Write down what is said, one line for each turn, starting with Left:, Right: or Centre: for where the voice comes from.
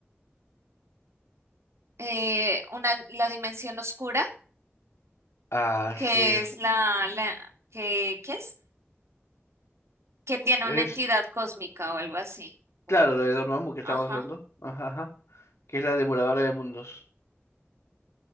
Right: Eh, una, la dimensión oscura,
Left: Así
Right: que
Left: es.
Right: es la, la, que, ¿qué es? Que tiene
Left: Es,
Right: una entidad cósmica o algo así. Como,
Left: claro, lo de Dormammu que
Right: ajá.
Left: estábamos hablando. Ajá, ajá. Que es la devoradora de mundos.